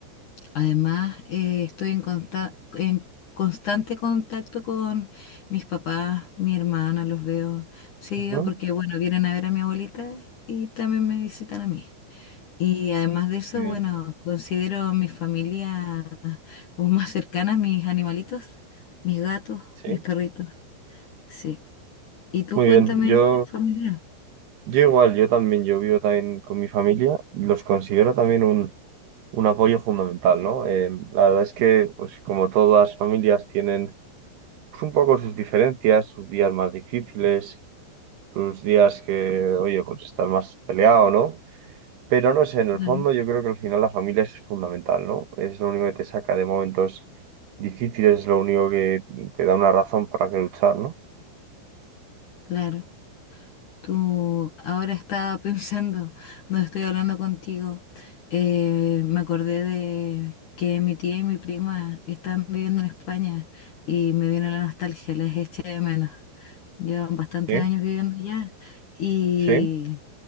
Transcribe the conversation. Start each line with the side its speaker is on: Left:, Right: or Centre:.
Left: además eh, estoy en, conta- en constante contacto con mis papás, mi hermana, los veo seguido
Right: ujú.
Left: porque, bueno, vienen a ver a mi abuelita y también me visitan a mí. Y además de eso,
Right: Bien,
Left: bueno, considero mi familia como más cercana, mis animalitos, mis gatos,
Right: Sí,
Left: mis perritos, sí. Y tú
Right: muy
Left: cuéntame,
Right: bien. Yo,
Left: familia.
Right: yo igual, yo también, yo vivo también con mi familia y los considero también un, un apoyo fundamental, ¿no? Eh, la verdad es que, pues como todas las familias tienen pues, un poco sus diferencias, sus días más difíciles, sus días que, oye, pues estás más peleado, ¿no? Pero no sé, en el
Left: Claro.
Right: fondo yo creo que al final la familia es fundamental, ¿no? Es lo único que te saca de momentos difíciles, es lo único que te da una razón para que luchar, ¿no?
Left: Claro, tú ahora estaba <laughs> pensando, no estoy hablando contigo, eh, me acordé de que mi tía y mi prima están viviendo en España y me vino la nostalgia, les eché de menos. Llevan bastantes
Right: Sí,
Left: años viviendo allá y
Right: sí.